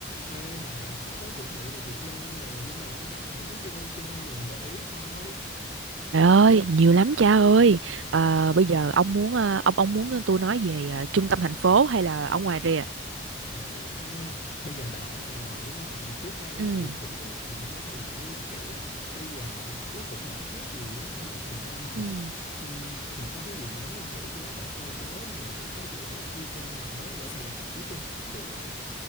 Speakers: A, on the left; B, on the right.
A: Ê bà, sắp tới chuẩn bị về Việt Nam nè, nhưng mà quan trọng là không biết đi đâu chơi nè, gợi ý coi.
B: Trời ơi, nhiều lắm cha ơi. Ờ, bây giờ ông muốn ờ, ông ông muốn tôi nói về ờ, trung tâm thành phố hay là ở ngoài rìa?
A: Ừ ha, bây giờ bà ở Sài Gòn đúng không? Thì trước đây
B: Ừ.
A: á, thì cũng có một thời gian ở Sài Gòn nhưng mà kiểu là bây giờ nó cũng đổi khác nhiều á, cho nên thành ra là
B: Ừ.
A: ừm, mà có cái gì mới không? Kiểu quán cà phê mới hay là những cái địa điểm vui chơi nào mới không ở Sài Gòn trước đi, kiểu vậy.